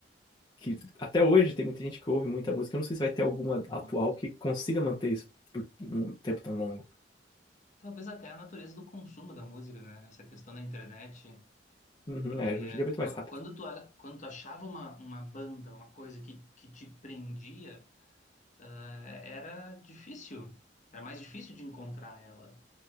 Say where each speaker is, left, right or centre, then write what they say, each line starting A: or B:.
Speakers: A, on the left (about 25°); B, on the left (about 45°).
A: que até hoje tem muita gente que ouve muita música. Eu não sei se vai ter alguma
B: Muito.
A: atual que consiga manter isso por um tempo tão longo.
B: Talvez até a natureza do consumo da música, né? Essa questão da internet,
A: Uhum,
B: porque
A: é, hoje em dia é muito
B: qu-
A: mais rápido.
B: quando tu, a- quando tu achava uma, uma banda, uma coisa que, que te prendia, eh, era difícil, era mais difícil de encontrar ela,